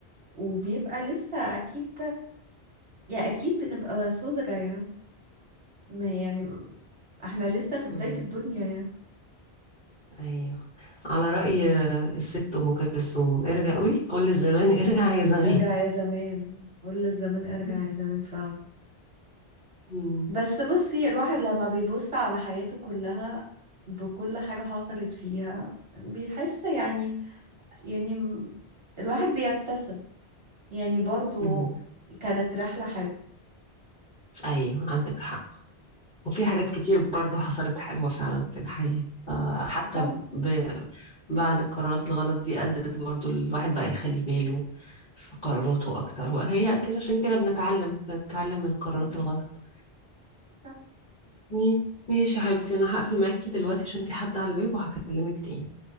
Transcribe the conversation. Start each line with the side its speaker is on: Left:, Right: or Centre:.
Right: وبيبقى لسه أكيد يعني أكيد بنبقى سوزجة يعني ما هي يعني احنا لسه في بداية
Left: مم.
Right: الدنيا يعني
Left: أيوه على رأي الست أم كلثوم ارجع قوي قول للزمان ارجع يا زمان
Right: ارجع يا زمان قول للزمان ارجع
Left: <laughs>
Right: يا زمان فعلا
Left: مم.
Right: بس بصي الواحد لما بيبص على حياته كلها بكل حاجة حصلت فيها بيحس يعني يعني م- الواحد بيبتسم يعني برضو
Left: مم.
Right: كانت رحلة حلوة
Left: ايوه عندك حق وفي حاجات كتير برضو حصلت حلوة فعلا في الحياة آه، حتى
Right: طبعا
Left: ب... بعد القرارات الغلط دي أدت برضو الواحد بقى يخلي باله في قراراته أكتر وهي أكيد عشان كده بنتعلم بنتعلم من القرارات
Right: مم.
Left: الغلط
Right: صح.
Left: مي- ماشي يا حبيبتي أنا هقفل معاكي دلوقتي عشان في حد على الباب وهكلمك تاني